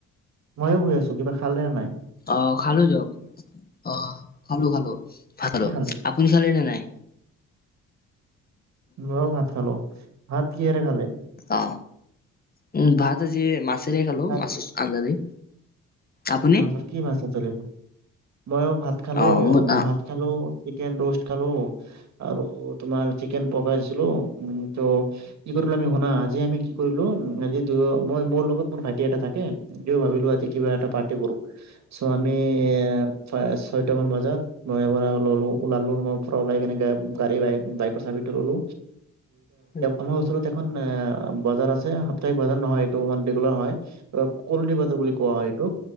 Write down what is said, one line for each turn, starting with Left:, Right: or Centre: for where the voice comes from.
Right: ময়ো শুই আছোঁ কিবা খালে নাই
Left: অ খালো যক অ খালো খালো ভাত
Right: কি খালে?
Left: আপুনি খালে নে নাই
Right: মই ভাত খালো ভাত কিহৰে খালি
Left: অ উম ভাত আজি মাছেৰে খালো
Right: ভাত
Left: মাছৰ আঞ্জ দি।
Right: <unintelligible>
Left: আপুনি
Right: মই ভাত খালো,
Left: অ মোৰ অ
Right: ভাত খালো, চিকেন ৰষ্ট খালো আৰু তোমাৰ চিকেন পকাইছিলো ত' কি কৰিলোঁ আমি শুনা আজি আমি কি কৰিলো, আজি মই মোৰ লগত মোৰ ভাইটি এটা থাকে, সিও ভাবিলো আজি কিবা এটা পাৰ <inaudible> চ' আমি এ ছয়টামান বজাত <unintelligible> পৰা ওলালো ৰুমৰ পৰা ওলাই কেনে গা়-গাড়ী বাইক-বাইকৰ চাবিটো ললো
Left: উম
Right: আমাৰ ওচৰত এখন অ বজাৰ আছে, সাপ্তাহিক বজাৰ নহয় এইটো ই ৰেগুলাৰ হয়। কলণি পা বুলি কোৱা হয় এইটোক